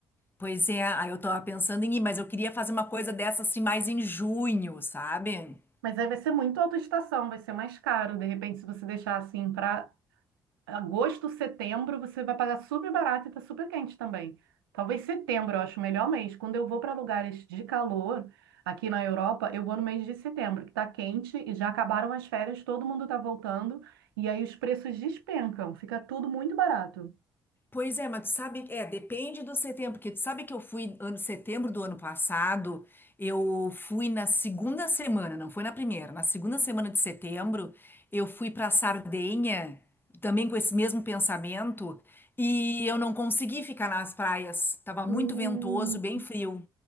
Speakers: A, on the left; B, on the right.
A: Pois é, aí eu tava pensando em ir, mas eu queria fazer uma coisa dessa assim mais em junho, sabe?
B: Mas aí vai ser muito autoestação, vai ser mais caro. De repente, se você deixar assim para agosto, setembro, você vai pagar super barato e tá super quente também. Talvez setembro, eu acho o melhor mês. Quando eu vou para lugares de calor aqui na Europa, eu vou no mês de setembro, que tá quente e já acabaram as férias, todo mundo tá voltando e aí os preços despencam, fica tudo muito barato.
A: Pois é, mas tu sabe, é, depende do setembro, porque tu sabe que eu fui ano setembro do ano passado, eu fui na segunda semana, não foi na primeira, na segunda semana de setembro, eu fui para Sardenha, também com esse mesmo pensamento, e eu não consegui ficar nas praias, tava muito
B: Hum,
A: ventoso, bem frio.